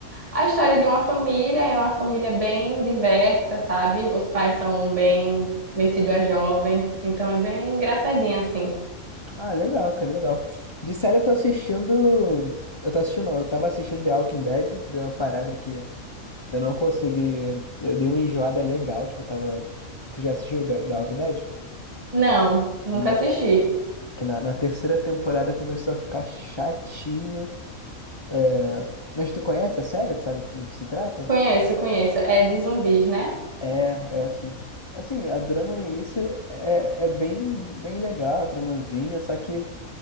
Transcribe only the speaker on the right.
a história de uma família, é uma família bem diversa, sabe? Os pais são bem metidos a jovens, então é bem engraçadinha assim.
Não, nunca
assisti.
Conheço, conheço. É de zumbis, né?